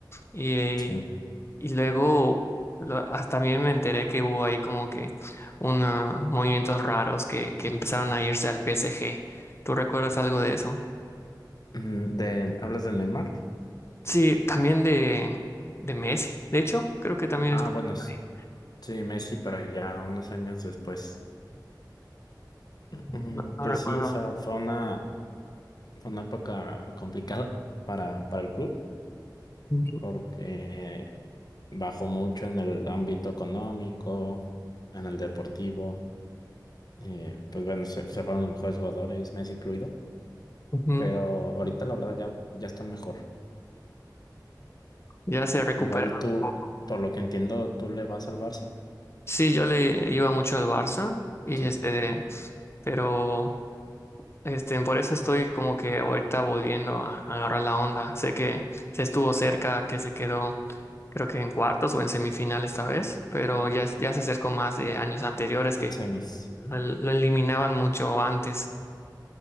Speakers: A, on the left; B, on the left.
A: y
B: sí.
A: y luego lo- hasta también me enteré que hubo ahí como que unos movimientos raros que, que empezaron a irse al P S G ¿Tú recuerdas algo de eso?
B: Mm, De, ¿hablas de Neymar?
A: Sí, también de, de Messi. De hecho, creo que también
B: Ah,
A: estuvo
B: bueno, s-
A: ahí.
B: sí, Messi, pero ya unos años después. Mm,
A: No, no
B: Pues
A: recuerdo.
B: sí, o sea, fue una, fue una época complicada para, para el club,
A: Ujú,
B: porque bajó mucho en el ámbito económico, en el deportivo. eh, pues bueno, se, se fueron los mejores jugadores, Messi incluido.
A: ujú.
B: pero ahorita la verdad ya, ya están mejor.
A: Ya se recuperaron
B: Igual tú,
A: un poco.
B: por lo que entiendo, tú le vas al Barça.
A: Sí, yo le iba mucho al Barça y
B: Sí,
A: este, pero Este, por eso estoy como que ahorita volviendo a, a agarrar la onda. Sé que se estuvo cerca, que se quedó, creo que en cuartos o en semifinal esta vez, pero ya, ya se acercó más de años anteriores
B: en
A: que
B: semis.
A: lo, lo eliminaban mucho antes.